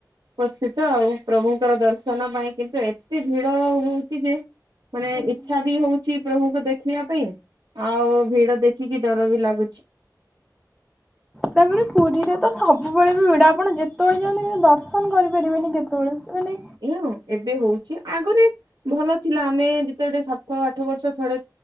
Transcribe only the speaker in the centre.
ଆଜ୍ଞା।
ତାପରେ ପୁରୀରେ ତ ସବୁବେଳେ ବି ଭିଡ଼ ଆପଣ ଯେତେବେଳେ ଯାଆନ୍ତୁ କିନ୍ତୁ ଦର୍ଶନ କରିପାରିବେନି କେତେବେଳେ। ମାନେ